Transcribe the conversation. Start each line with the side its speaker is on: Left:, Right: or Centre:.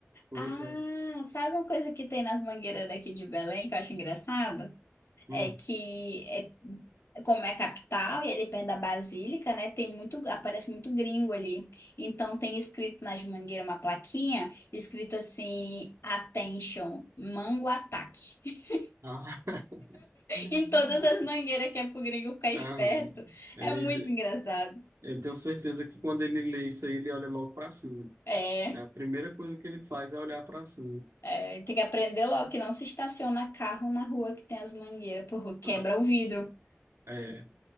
Right: Pois
Left: Ah,
Right: é.
Left: sabe uma coisa que tem nas mangueiras daqui de Belém que eu acho engraçado? é
Right: Hum.
Left: que é- é como é a capital e ele perto da Basílica, né, tem muito, aparece muito gringo ali. Então tem escrito nas mangueiras uma plaquinha escrito assim, Attention, Mango Ataque. <laughs>
Right: Ah. Uhum.
Left: Em todas as mangueiras que é pro gringo ficar esperto.
Right: Ah, aí
Left: É muito
Right: j-
Left: engraçado.
Right: eu tenho certeza que quando ele lê isso aí, ele olha logo para cima.
Left: É,
Right: né? A primeira coisa que ele faz é olhar para cima.
Left: é, tem que aprender logo que não se estaciona carro na rua que tem as mangueiras, porque
Right: Ah,
Left: quebra o vidro.
Right: É,